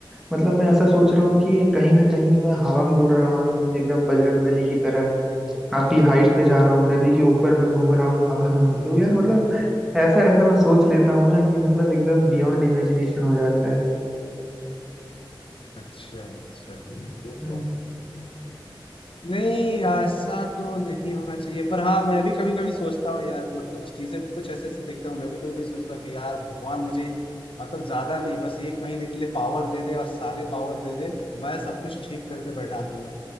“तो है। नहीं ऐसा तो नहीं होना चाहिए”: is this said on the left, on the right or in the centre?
Left